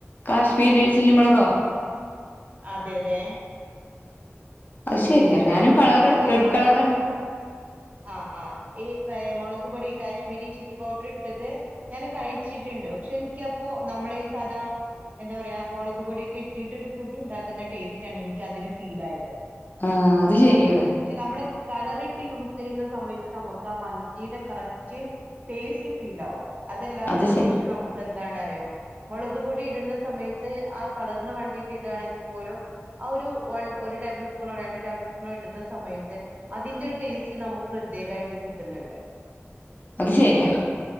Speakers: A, on the left; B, on the right.
A: കാശ്മീരി ചില്ലി മൊളകോ.
B: അതെ അതെ.
A: അത് ശരിയാ
B: ഞാൻ കഴിച്ചിട്ട്ണ്ട്
A: ഞാനും കളറ് റെഡ്
B: മുളക്
A: കളർ തന്നെ
B: അ ആഹ് ആഹ് ഈ ഏഹ് മുളക് പൊടി കാശ്മീരി ചില്ലി പൗഡർ ഇട്ടത് ഞാന് കഴിച്ചിട്ട്ണ്ട് പക്ഷേ ഇൻക്കൃപ്പോ നമ്മള ഈ സാദാ എന്താ പറയാ മുളക് പൊടിക്കെ ഇട്ടിട്ട് ഒരു ഫുഡ് ഉണ്ടാക്കുന്ന ടേസ്റ്റ് ആണ് ഇന്ക്കൃ അതിന് ഫീൽ ആയത്.
A: ആഹ് അത് ശരിയാണ്.
B: ശ്ശെ നമ്മള് കളറിട്ട് യൂസ് ചെയ്യുന്ന സമയത്ത് നമ്മക്ക് ആഹ് മന്തിടെ കറക്റ്റ് ടേസ്റ്റ് ഫീൽ ആവും അതല്ലാത്ത
A: അത് ശരി
B: പക്ഷേ നമുക്ക് എന്തണ് അറിയോ മൊളക് പൊടി ഇടുന്ന സമയത്ത് ആഹ് കളറ്ന് വേണ്ടിട്ട് ഇടാണെങ്കി പോലും ആഹ് ഒരു വൺ ഒരു ടേബിൾ സ്പൂണോ രണ്ട് ടേ ടേബ്ൾ സ്പൂൺ ഇട്ന്ന സമയത്ത് അതിന്റെ ടേസ്റ്റ് നമുക്ക് പ്രത്യേകായിട്ട് കിട്ട്ന്ന്ണ്ട്. <inaudible>
A: അത് ശരിയാ.